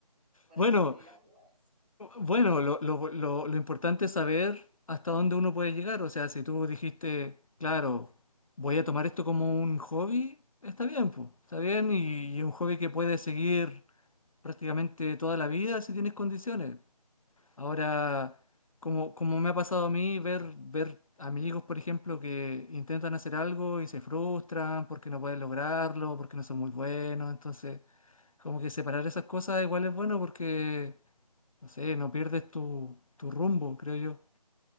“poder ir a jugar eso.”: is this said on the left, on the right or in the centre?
Right